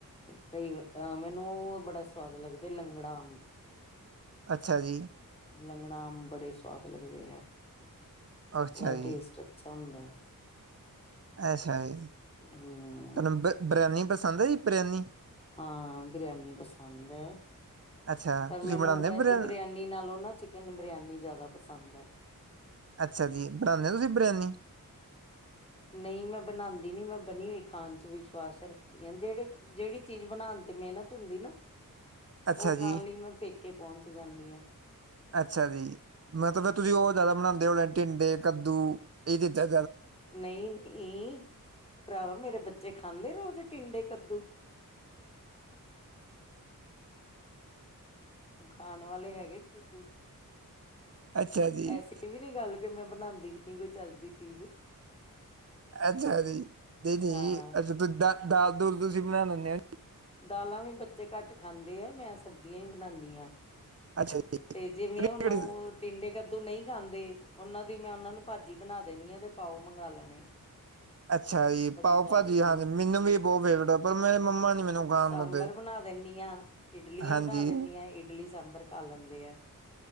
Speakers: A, on the left; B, on the right.
A: ਕਈ ਵਾ ਮੈਨੂੰ ਉਹ ਬੜਾ ਸਵਾਦ ਲੱਗਦਾ ਲੰਗੜਾ ਅੰਬ
B: ਅੱਛਾ ਜੀ
A: ਲੰਗਣਾ ਆਮ ਬੜੇ ਸਆਦ ਲੱਗਦੇ ਹੈ
B: ਅੱਛਾ
A: ਉਹਓਦਾ
B: ਜੀ
A: ਟੇਸਟ ਅੱਛਾ ਹੁੰਦਾ ਹ
B: ਅੱਛਾ ਜੀ
A: ਹਮ
B: ਤਨੂੰ ਬਰਿਆ ਪਸੰਦ ਹੈ ਜੀ ਪ੍ਰਿਆਨੀ
A: ਹਾਂ ਬਿਰਿਆਨੀ ਪਸੰਦ ਹੈ
B: ਅੱਛਾ
A: ਪਰ
B: ਤੁਸੀਂ
A: ਮੈਨੂੰ
B: ਬਣਾਉਂਦੇ
A: ਵੈਜ
B: ਹੋ ਬਰਿਆ
A: ਬਿਰਿਆਨੀ ਨਾਲੋਂ ਨਾ ਚਿਕਨ ਬਿਰਿਆਨੀ ਜ਼ਿਆਦਾ ਪਸੰਦ ਹੈ
B: ਅੱਛਾ ਜੀ ਬਣਾਉਦੇ ਹੋ ਤੁਸੀਂ ਬਰਿਆਨੀ
A: ਨਹੀਂ ਮੈਂ ਬਣਾਉਦੀ ਨੀ ਮੈਂ ਬਣੀ ਹੋਈ ਖਾਣ ਚ ਵੀ ਵਿਸ਼ਵਾਸ ਰੱਖਦੀਆਂ ਜਿਹੜੇ ਜਿਹੜੀ ਚੀਜ਼ ਬਣਾਉਣ ਤੇ ਮਿਹਨਤ ਹੁੰਦੀ ਨਾ
B: ਅੱਛਾ
A: ਉਹ
B: ਜੀ
A: ਖਾਣ ਲਈ ਮੈਂ ਪੇ ਕੇ ਪਹੁੰਚ ਜਾਂਦੀ ਹਾਂ
B: ਅੱਛਾ ਜੀ ਮਤਲਬ ਫ ਤੁਸੀਂ ਉਹ ਜ਼ਿਆਦਾ ਬਣਾਉਦੇ ਣੇ ਟਿੰਡੇ ਕੱਦੂ ਇਹ ਦਿੱਤੇ
A: ਨਹੀਂ ਨਹੀਂ ਭਰਾਵਾ ਮੇਰੇ ਬੱਚੇ ਬੱਚੇ ਖਾਂਦੇ ਰੋਜ਼ ਟਿੰਡੇ ਕੱਦੂ ਖਾਣ ਵਾਲੇ ਹੈਗੇ ਟਿੱਡੂ
B: ਅੱਛਾ ਜੀ,
A: ਐਸੀ ਵੀ ਨੀ ਗੱਲ ਕਿ ਮੈਂ ਬਣਾਉਂਦੀ ਨ ਕੋਈ ਚਜਦੀ ਚੀਜ਼
B: ਅੱਛਾ ਅ ਦੇਦੀ
A: ਹਾਂ।
B: ਅੱਛਾ ਤੁਂ ਦਾਲ ਦੁਲ ਤੁਸੀਂ ਬਣਾ ਦਿੰਦੇ ਹੋ ਜੀ
A: ਦਾਲਾਂ ਵੀ ਬੱਚੇ ਘੱਟ ਖਾਂਦੇ ਆ ਮੈਂ ਸਬਜ਼ੀਆਂ ਹੀ ਬਣਾਉਂਦੀ ਹਾਂ
B: ਅੱਛਾ ਜੀ,
A: ਤੇ ਜਿਵੇਂ
B: ਬੜੀ-
A: ਹੁਣ
B: ਬੜੀ-
A: ਟਿੰਡੇ ਕੱਦੂ ਨਹੀਂ ਖਾਂਦੇ ਉਹਨਾਂ ਦੀ ਮੈਂ ਉਹਨਾਂ ਨੂੰ ਭਾਜੀ ਬਣਾ ਦੇਣੀ ਆ ਤੇ ਪਾਓ ਮੰਗਵਾ ਲੈਣੇ
B: ਅੱਛਾ ਜੀ ਪਾਓ
A: ਖਵਾ
B: ਭਾਜੀ
A: ਦੇਣੀ
B: ਹਾਂਜੀ
A: ਹੈ।
B: ਮੈਨੂੰ ਵੀ ਬਹੁਤ ਫੇਵਰੇਟ ਪਰ ਮੇਰੇ ਮੰਮਾ ਨੀ ਮੈਨੂੰ ਖਾਣ
A: ਸਾਂਬਰ
B: ਦਿੰਦੇ।
A: ਬਣਾ ਦਿੰਦੀ ਹਾਂ ਇਡਲੀਆਂ
B: ਹਾਂਜੀ,
A: ਬਣਾ ਦਿੰਦੀ ਹਾਂ ਇਡਲੀ ਸਾਂਬਰ ਖਾ ਲੈਂਦੇ ਆ